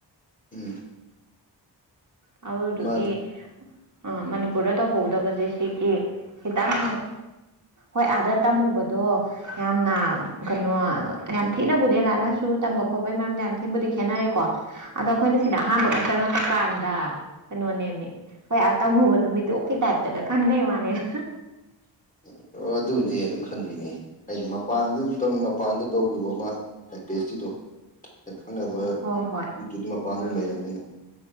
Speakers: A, on the left (about 20°); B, on the right (about 45°).
A: ꯎꯝ
B: ꯍꯥꯎꯗꯨꯒꯦ
A: ꯃꯥꯅꯤ
B: ꯑ ꯃꯅꯤꯄꯨꯔꯗ ꯇꯧꯍꯧꯗꯕꯁꯦ ꯁꯤꯒꯤ ꯈꯤꯇꯪ ꯍꯣꯏ ꯑꯥꯗ ꯇꯝꯃꯨꯕꯗꯣ ꯌꯥꯝꯅ ꯀꯩꯅꯣ ꯌꯥꯝ ꯊꯤꯅꯕꯨꯗꯤ ꯂꯥꯏ ꯂꯥꯏꯁꯨ ꯇꯝꯕ ꯈꯣꯠ ꯈꯣꯠꯄꯒꯤ ꯃꯔꯝꯗ ꯌꯥꯝ ꯊꯤꯕꯨꯗꯤ ꯈꯦꯠꯅꯔꯦꯀꯣ ꯑꯗꯣ ꯑꯩꯈꯣꯏꯅ ꯁꯤꯗ ꯑꯍꯥꯟꯕꯒꯇꯪ
A: ꯎꯝ
B: ꯉ ꯀꯠꯄꯥꯟ ꯀꯩꯅꯣꯅꯦꯃꯤ ꯍꯣꯏ ꯑꯥ ꯇꯝ ꯍꯨꯕꯗꯣ ꯃꯤꯇꯣꯛꯞꯀꯤ ꯇꯥꯏꯞꯇꯒ ꯈꯟꯕꯩ ꯋꯥꯅꯤꯅ
A: <inaudible> ꯑꯣ ꯑꯗꯨꯅꯦ ꯑꯗꯨꯝ ꯈꯟꯗꯣꯏꯅꯦ ꯍꯥꯏꯗꯤ ꯃꯄꯥꯟꯗ ꯑꯃꯝꯇꯪ ꯃꯄꯥꯟꯗ ꯇꯧꯈꯤꯕ ꯑꯃ ꯄꯦꯁꯇ꯭ꯔꯤꯗꯣ ꯈꯪꯅꯕ
B: ꯍꯣꯏ ꯍꯣꯏ
A: ꯅꯨꯠꯇꯨꯗꯤ ꯃꯄꯥꯟꯗꯨ
B: ꯎꯝ
A: ꯂꯩꯔꯕꯅꯤꯅ